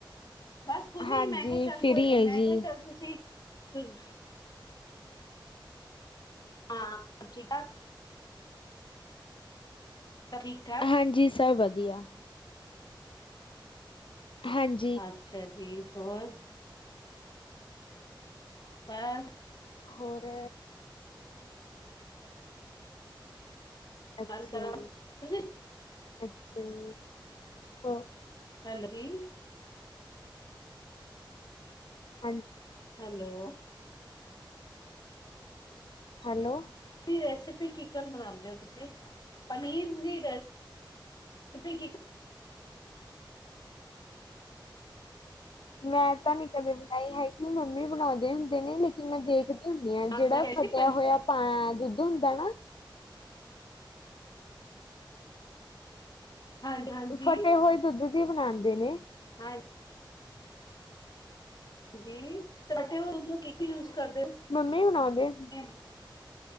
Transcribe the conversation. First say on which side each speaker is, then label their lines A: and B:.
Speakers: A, on the left; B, on the left.
A: ਬਸ ਕੁੱਝ ਨੀ
B: ਹਾਂਜੀ
A: ਮੈਂ ਕਿਹਾ ਚੱਲ
B: ਫ੍ਰੀ
A: ਕੋਈ
B: ਹੈ
A: ਮੈਂ
B: ਜੀ,
A: ਕਿਹਾ ਚੱਲ ਤੁਸੀਂ ਕੋਈ ਹਾਂ ਸਭ ਠੀਕ ਠਾਕ, ਸਭ ਠੀਕ ਠਾਕ?
B: ਹਾਂਜੀ ਸਬ ਵਧੀਆ, ਹਾਂਜੀ,
A: ਅੱਛਾ ਜੀ, ਹੋਰ? ਬਾਸ
B: ਹੋਰ? ਅੱਛਾ
A: ਗੱਲ ਕਰਾਂ
B: ਜੀ,
A: ਤੁਸੀਂ
B: ਅੱਛਾ ਜੀ ਹੋ
A: ਹੈਲੋ ਜੀ।
B: ਹਾਂਜੀ,
A: ਹੈਲੋ,
B: ਹੈਲੋ,
A: ਰੈਸਪੀ ਕੀਕਨ ਬਨਾਦੇ ਹੋ ਤੁਸੀਂ, ਪਨੀਰ ਦੀ ਰੈਸਪ ਰੈਸਪੀ
B: ਮੈਂ ਤਾਂ ਨੀ ਕਦੇ ਬਣਾਈ ਹੈਗੀ, ਮੰਮੀ ਬਣਾਦੇ ਹੁੰਦੇ ਨੇ ਲੇਕਿਨ ਮੈਂ ਦੇਖਦੀ। ਹੁੰਨੀ ਆ ਜਿਹੜਾ
A: ਮੈਂ ਕਿਹਾ
B: ਫਟਿਆ
A: ਸੀ ਪਨੀਰ
B: ਹੋਇਆ ਪਾ ਦੁੱਧ ਹੁੰਦਾ ਨਾ।
A: ਹਾਂਜੀ ਹਾਂਜੀ
B: ਫਟੇ ਹੋਏ ਦੁੱਧ ਦੀ ਬਣਾਂਦੇ ਨੇ,
A: ਹਾਂਜੀ ਜੀ <unintelligible> ਯੂਜ ਕਰਦੇ ਔ
B: ਮੰਮੀ ਬਣਾਉਂਦੇ
A: <unintelligible>